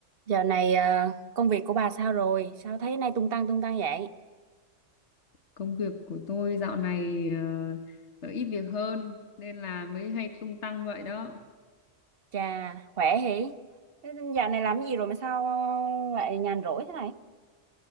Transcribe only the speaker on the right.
Dạo này ờ, công việc của bà sao rồi? Sao thấy nay tung tăng tung tăng vậy?
Chà, khỏe hỉ? Thế Dạo này làm gì rồi mà sao lại nhàn rỗi thế này?